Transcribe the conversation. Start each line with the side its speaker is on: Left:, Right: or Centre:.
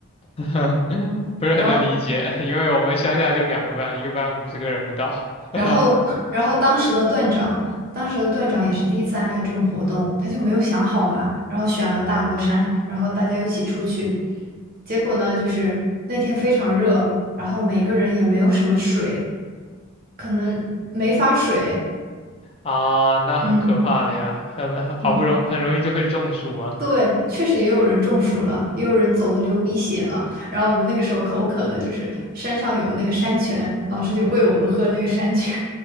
Left: <laughs> 不是很能理解，
Right: 然后。
Left: 因为我们乡下就两个班，一个班五十个人不到，
Right: 然后，
Left: <laughs>
Right: 然后当时的段长，当时的段长也是第一次安排这种活动，他就没有想好嘛，然后选了大罗山，然后大家一起出去，结果呢，就是那天非常热，然后每个人也没有什么水，可能没发水，
Left: 啊，那很可怕了呀，
Right: 嗯
Left: 很好不容很容易就会中暑啊。
Right: 嗯，对，确实也有人中暑了，也有人走的流鼻血了，然后我们那个时候口渴的，就是山上有那个山泉，老师就喂我们喝那个山泉，